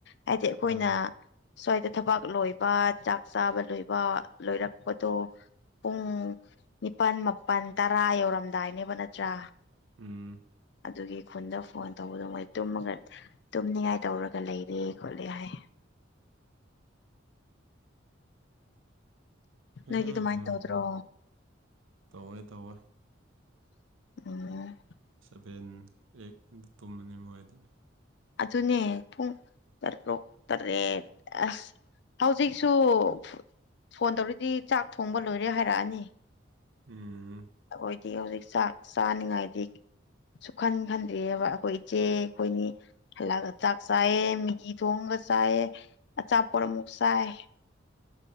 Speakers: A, on the left; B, on the right.
A: ꯍꯥꯏꯗꯤ ꯑꯩꯈꯣꯏꯅ
B: ꯑꯥ
A: ꯁ꯭ꯋꯥꯏꯗ ꯊꯕꯛ ꯂꯣꯏꯕ ꯆꯥꯛ ꯆꯥꯕ ꯂꯣꯏꯕ ꯂꯣꯏꯔꯛꯄꯗꯣ ꯄꯨꯡ ꯅꯤꯄꯥꯟ ꯃꯥꯄꯟ ꯇꯔꯥ ꯌꯧꯔꯝꯗꯥꯏꯅꯦꯕ ꯅꯠꯇ꯭ꯔꯥ
B: ꯎꯝ
A: ꯑꯗꯨꯒꯤ ꯈꯨꯟꯗ ꯐꯣꯟ ꯇꯧꯕꯗꯣ ꯃꯣꯏ ꯇꯨꯝꯃꯒ ꯇꯨꯝꯅꯤꯡꯉꯥꯏ ꯇꯧꯔꯒ ꯂꯩꯔꯦ ꯈꯣꯠꯂꯦ ꯍꯥꯏ ꯅꯣꯏꯗꯤ
B: ꯎꯝ
A: ꯑꯗꯨꯃꯥꯏꯅ
B: ꯍꯝ
A: ꯇꯧꯗ꯭ꯔꯣ
B: ꯍ ꯇꯧꯋꯦ ꯇꯧꯋꯦ
A: ꯎꯝ
B: ꯁꯚꯦꯟ ꯑꯩꯠ ꯇ ꯇꯨꯝꯕꯅꯤ ꯃꯣꯏꯗꯤ
A: ꯑꯗꯨꯅꯦ ꯄꯨꯡ ꯇꯔꯨꯛ ꯇꯔꯦꯠ ꯑꯁ ꯍꯧꯖꯤꯛꯁꯨ ꯐꯨ ꯐꯣꯟ ꯇꯧꯔꯗꯤ ꯆꯥꯛ ꯊꯣꯡꯕ ꯂꯣꯏꯔꯦ ꯍꯥꯏꯔꯛꯑꯅꯤ
B: ꯎꯝ
A: ꯑꯩꯈꯣꯏꯗꯤ ꯍꯧꯖꯤꯛ ꯆꯥꯛ ꯆꯥꯅꯤꯡꯉꯥꯏꯗꯤ ꯁꯨꯈꯟ ꯈꯟꯗ꯭ꯔꯤꯑꯕ ꯑꯩꯈꯣꯏ ꯏꯆꯦ ꯑꯩꯈꯣꯏꯅꯤ ꯍꯜꯂꯛꯒ ꯆꯥꯛ ꯆꯥꯏꯌꯦ ꯃꯤꯦꯒꯤ ꯊꯣꯡꯉꯒ ꯆꯥꯏꯌꯦ ꯑꯆꯥꯄꯣꯠ ꯑꯃꯨꯛ ꯆꯥꯏ